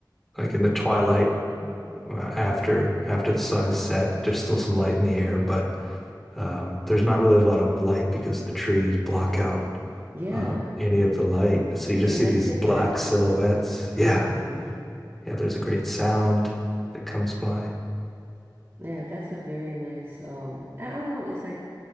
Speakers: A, in the centre; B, on the right.
A: like in the twilight uh, after after the sun has set, there's still some light in the air, but Um, there's not really a lot of light because the trees block out
B: yeah,
A: uh, any of the light. So you just
B: and it
A: see
B: makes
A: these
B: it
A: black
B: very cool.
A: silhouettes. Yeah.
B: hmm
A: Yeah. There's a great sound that comes by.
B: Yeah, that's a very nice. Um, I, I don't know. It's like